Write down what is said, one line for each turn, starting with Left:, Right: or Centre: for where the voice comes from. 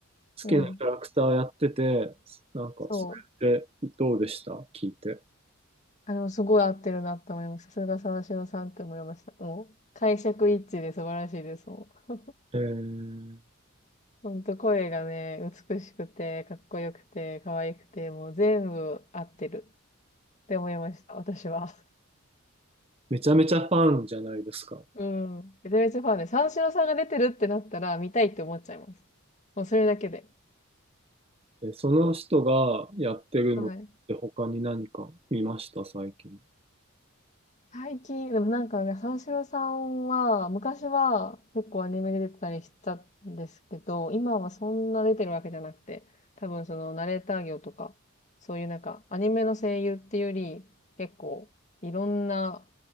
Right: 好きなキャラクターやってて、
Left: う。うん、
Right: なんか、
Left: そう。
Right: それってどうでした聞いて。
Left: あれもすごい合ってるなって思いました。さすが沢城さんって思いました。もう、解釈一致で素晴らしいです。もう
Right: えー
Left: ほんと声がね、美しくて、かっこよくて、可愛くて、もう全部合ってるって思いました、私は。
Right: めちゃめちゃファンじゃないですか。
Left: うん。めちゃめちゃファンで、三四郎さんが出てるってなったら見たいって思っちゃいます。もうそれだけで。
Right: え、その人がやってるのって他に何か見ました最近。
Left: はい。最近、でもなんかね、三四郎さんは、昔は結構アニメで出てたりしたんですけど、今はそんな出てるわけじゃなくて、多分そのナレーター業とか、そういうなんかアニメの声優っていうより、結構いろんな